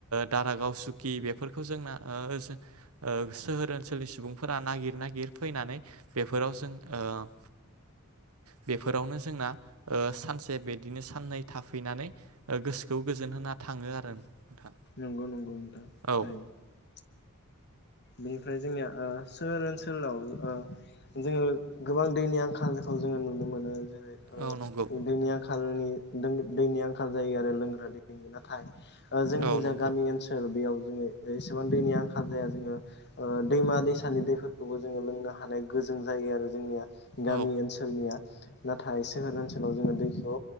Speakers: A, on the right (about 70°); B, on the left (about 50°).
A: दारागाव सुकि बेफोर जों ओ सोहोर ओ ओनसोलनि सुबुंफोरा नागिर नागिर फैनानै बेफोराव जों ओ बेफोरावनो जोंना ओ सानसे बिदिनो साननै थाफैनानै गोसो खौ गोजोनहोना थाङो आरो नोंथां
B: नंगौ नंगौ नोंथां
A: औ
B: थारैनो बेनिफ्राय जोंनिया ओ सोहोर ओनसोलाव जोङो गोबां दैनि आंखाल खौ जोङो नुनो मोनो जेरै
A: औ नंगौ
B: दैनि आंखाल आंखालनि दैनि आंखाल जायो आरो लोंग्रा दैनि नाथाय ओ जोंनि
A: औ
B: जा
A: नंगौ
B: गामि ओनसोल बेयाव जोङो एसेबां दैनि आंखाल जाया जोङो ओ दैमा दैसानि दैफोरखौबो जोङो लोंनो हानाय गोजों जायो आरो जोंनिया गामि
A: औ
B: ओनसोलनिया नाथाय सोहोर ओनसोलाव जोङो दैखौ